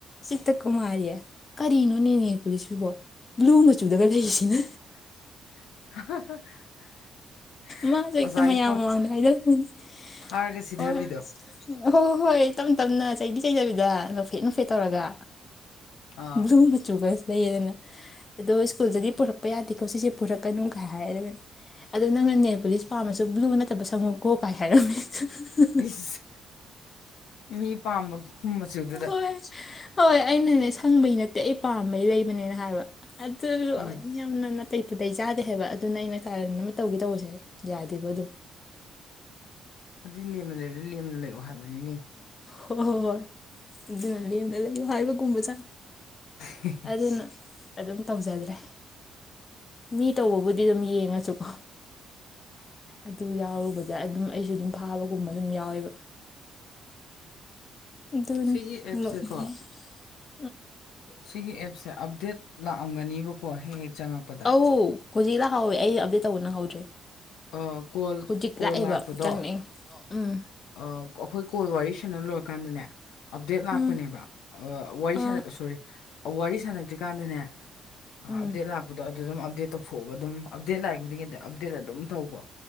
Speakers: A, on the left (about 35°); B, on the left (about 80°).
A: ꯆꯤꯠꯇ ꯀꯨꯃꯥꯔꯤ ꯀꯔꯤꯅꯣꯅꯦ ꯅꯦ ꯄꯣꯂꯤꯁ ꯁꯤꯕꯣ ꯕ꯭ꯂꯨ ꯃꯆꯨꯗꯒ ꯂꯩꯔꯤꯁꯤꯅ
B: <unintelligible>
A: ꯃꯥꯁꯨ
B: ꯑꯣꯖꯥꯒꯤ
A: ꯍꯦꯛꯇ ꯃꯌꯥꯝ
B: ꯄꯣꯠ
A: ꯃꯃꯥꯡꯗ ꯍꯥꯏꯔꯛꯄꯅꯦ
B: ꯐꯥꯔꯒ ꯁꯤꯙꯕꯤꯗꯣ
A: ꯍꯣꯏ ꯎ ꯍꯣꯏ ꯍꯣꯏ ꯍꯣꯏ ꯇꯞ ꯇꯞꯅ ꯆꯩꯗꯤ ꯆꯩꯗꯕꯤꯗ ꯅꯣꯛꯐꯦꯠ ꯅꯣꯛꯐꯦꯠ ꯇꯧꯔꯒ
B: ꯑꯥ
A: ꯕ꯭ꯂꯨ ꯃꯆꯨꯒꯁꯨ ꯂꯩꯔꯗꯅ ꯑꯗꯣ ꯁ꯭ꯀꯨꯜꯗꯗꯤ ꯄꯨꯔꯛꯄ ꯌꯥꯗꯦꯀꯣ ꯁꯤꯁꯦ ꯄꯨꯔꯛꯀꯅꯨꯒꯥꯏ ꯍꯥꯏꯔꯒꯅꯦ ꯑꯗꯣ ꯅꯪꯅ ꯅꯦꯜ ꯄꯣꯂꯤꯁ ꯄꯥꯝꯃꯁꯨ ꯕ꯭ꯂꯨ ꯅꯠꯇꯕ ꯁꯪꯉꯨꯀꯣ ꯀꯥꯏ ꯍꯥꯏꯔꯝꯃꯦ <unintelligible>
B: ꯏꯁ ꯃꯤ ꯄꯥꯝꯕ ꯃꯆꯨꯗꯨꯗ
A: ꯍꯣꯏ ꯍꯣꯏ ꯑꯩꯅꯅꯦ ꯁꯪꯕꯩ ꯅꯠꯇꯦ ꯑꯩ ꯄꯥꯝꯕꯩ ꯂꯩꯕꯅꯦꯅ ꯍꯥꯏꯕ ꯑꯗꯨꯁꯨ
B: ꯎꯝ
A: ꯌꯥꯝꯅ ꯅꯥ ꯇꯩ ꯄꯨꯇꯩ ꯆꯥꯗꯦ ꯍꯥꯏꯕ ꯑꯗꯨꯅ ꯑꯩꯅ ꯀꯥꯔꯟ ꯑꯃ ꯇꯧꯒꯦ ꯇꯧꯕꯁꯦ ꯌꯥꯗꯦꯕ ꯑꯗꯨ
B: ꯑꯗꯨꯗꯤ ꯂꯦꯝꯅ ꯂꯩꯕꯗ ꯂꯦꯝꯅ ꯂꯩꯌꯣ ꯍꯥꯏꯕꯅꯤꯅꯦ
A: ꯍꯣꯍꯣ ꯍꯣꯏ ꯑꯗꯨꯅ ꯂꯦꯝꯅ ꯂꯩꯌꯨ ꯍꯥꯏꯕꯒꯨꯝꯕ ꯖꯥꯅꯦ
B: ꯍꯦꯍꯦ
A: ꯑꯗꯨꯅ ꯑꯗꯨꯝ ꯇꯧꯖꯗ꯭ꯔꯦ ꯃꯤ ꯇꯧꯕꯕꯨꯗꯤ ꯑꯗꯨꯝ ꯌꯦꯡꯉꯁꯨꯀꯣ ꯑꯗꯨ ꯌꯥꯎꯔꯨꯕꯗ ꯑꯗꯨꯝ ꯑꯩꯁꯨ ꯑꯗꯨꯝ ꯐꯥꯕꯒꯨꯝꯕꯁꯨ ꯑꯗꯨꯝ ꯌꯥꯎꯋꯦꯕ ꯑꯗꯨꯅꯤ
B: ꯁꯤꯒꯤ ꯑꯦꯞꯁꯦꯀꯣ
A: <unintelligible>
B: ꯁꯤꯒꯤ ꯑꯦꯞꯁꯦ ꯑꯞꯗꯦꯠ ꯂꯥꯛꯑꯝꯒꯅꯦꯕꯀꯣ ꯍꯦꯛ ꯍꯦꯛ ꯆꯪꯉꯛꯄ
A: ꯑꯣ ꯍꯧꯖꯤꯛ ꯂꯥꯛꯍꯧꯋꯦ ꯑꯩ ꯑꯞꯗꯦꯠ ꯇꯧꯕ ꯅꯪꯍꯧꯗ꯭ꯔꯦ
B: ꯑ ꯀꯣꯜ
A: ꯍꯧꯖꯤꯛ
B: ꯀꯣꯜ
A: ꯂꯥꯛꯑꯦꯕ
B: ꯂꯥꯛꯄꯗꯣ
A: ꯆꯪꯉꯛꯑꯦ ꯎꯝ
B: ꯑ ꯑꯩꯈꯣꯏ ꯀꯣꯜ ꯋꯥꯔꯤ ꯁꯥꯟꯅ ꯂꯣꯏꯔꯀꯥꯟꯗꯅꯦ ꯑꯞꯗꯦꯠ ꯂꯥꯛꯄꯅꯦꯕ
A: ꯎꯝ
B: ꯑ ꯋꯥꯔꯤ ꯁꯥꯟꯅ
A: ꯑꯥ
B: ꯁꯣꯔꯤ ꯋꯥꯔꯤ ꯁꯥꯟꯅꯗ꯭ꯔꯤꯀꯥꯟꯗꯅꯦ
A: ꯎꯝ
B: ꯑꯞꯗꯦꯠ ꯂꯥꯛꯄꯗꯣ ꯑꯗꯨ ꯑꯗꯨꯝ ꯑꯞꯗꯦꯠ ꯇꯧꯊꯣꯛꯑꯣꯕ ꯑꯗꯨꯝ ꯑꯞꯗꯦꯠ ꯂꯥꯛꯏ ꯈꯨꯗꯤꯡꯒꯤ ꯑꯞꯗꯦꯠ ꯑꯗꯨꯝ ꯇꯧꯀꯣ